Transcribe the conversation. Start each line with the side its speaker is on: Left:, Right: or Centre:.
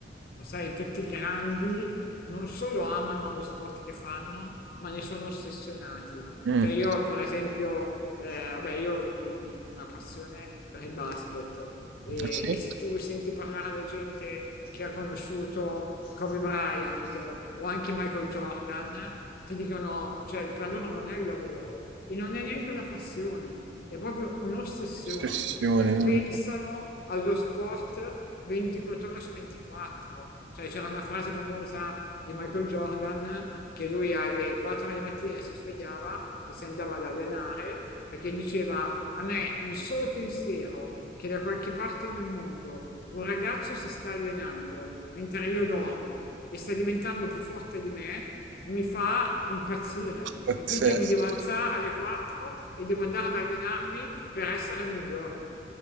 Left: Lo sai, tutti i grandi non solo amano lo sport che fanno, ma ne sono ossessionati.
Right: Mm.
Left: Cioè io, per esempio, eh, vabbè, io ho una passione per il basket e,
Right: Ah, Sì?
Left: e se tu senti parlare da gente che ha conosciuto Kobe Bryant o anche Michael Jordan, ti dicono, cioè per loro non è il lavoro e non è neanche una passione, è proprio un'ossessione,
Right: Ossessione,
Left: cioè pensano
Right: no?
Left: allo sport 24 ore su 24, cioè c'era una frase famosa di Michael Jordan che lui alle 4 di mattina si svegliava e si andava ad allenare perché diceva a me il solo pensiero che da qualche parte nel mondo un ragazzo si sta allenando mentre io dormo e sta diventando più forte di me, mi fa impazzire
Right: Pazzesco.
Left: e quindi io mi devo alzare alle 4 e devo andare ad allenarmi per essere il migliore.